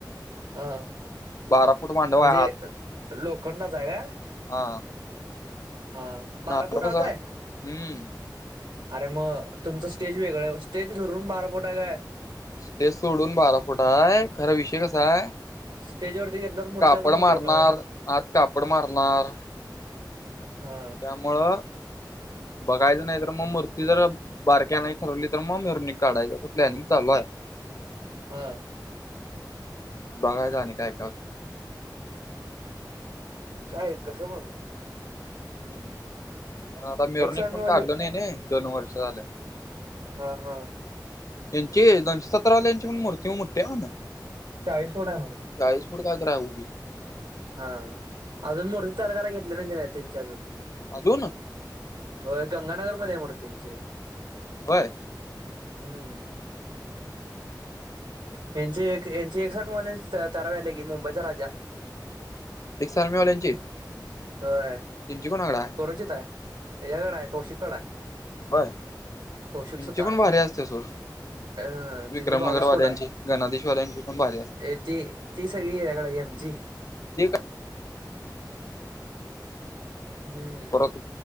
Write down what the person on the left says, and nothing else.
बारा फूट मांडव
आहे आत
हा.
नाडो
कस
हम्म
स्टेज सोडून बारा फुट आहेय खरा विषय कसा आहे
कापड
मारणार
आत कापड मारणार
त्यामुळं बघायचं नाही तर मग मूर्ती जर बारक्या नाही ठरवली तर मग मिरवनुक काढायच असं प्लॅनिंग चालू आहे.
बघायचं आणि काय तर
हम्म कारण आता
मिरवणिक
पण
काढलो नाही नाही दोन वर्ष झालं.
यांची दोनशे सतरावाल्यांची पण मूर्ती मोठी आहे म्हण.
चाळीस फुट काय तर हाय बग ते.
अजून?
व्हय?
एक सर्मीवाल्यांची
तीची कोणाकडे हाय?
होय
यांची
पण भारी असते सोड.
विक्रमनगरवाल्यांची
गणाधीशवाल्यांची पण भारी असते.
ते काय
परत